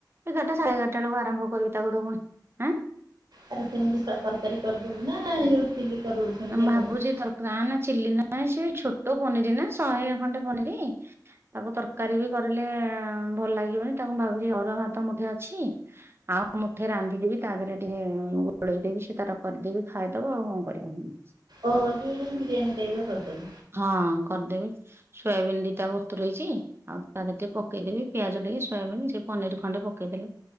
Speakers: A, on the right (about 30°); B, on the right (about 65°).
A: ଏଗାରଟା ସାଢେ ଏଗାରଟା ବେଳକୁ ଆରମ୍ଭ କରିବି ତାକୁ ତ ପୁଣି ଆଁ
B: ତାର ସେମିତି ତରକାରୀ କରିଦବୁ ନା ଯୋଉ ଚିଲି କରୁ ସେମିତିଆ
A: ମୁଁ ଭାବୁଛି
B: କରିବୁ
A: ତରକାର ନା ଚିଲି ନା ସେ ଛୋଟ ପନିର ନା ଶହେ ଖଣ୍ଡେ ପନିର। ତାକୁ ତରକାରୀ ବି କରିଲେ ଭଲ ଲାଗିବନି ତାକୁ ମୁଁ ଭାବୁଛି ଅରୁଆ ଭାତ ମୁଠେ ଅଛି ଆଉ ମୁଠେ ରାନ୍ଧିଦେବି ତା ଦେହରେ ଟିକେ ଗୋଳେଇଦେବି ସେ ତାର କରିଦେବି ଖାଇଦବ ଆଉ କଣ କରିବା। <unintelligible>
B: ଓହୋ ଯୋଉ <unintelligible> ବିରିୟାନୀ ଭେଳିଆ କରିଦବୁ।
A: ହଁ କରିଦେବି ସୋୟାବିିନ ଦିଟା ବତୁରେଇଚି ଆଉ ତା ଦେହରେ ଟିକେ ପକେଇଦେବି ପିଆଜ ଟିକେ ଶୋୟାବିନି ସେ ପନିର ଖଣ୍ଡେ ପକେଇଦେଲେ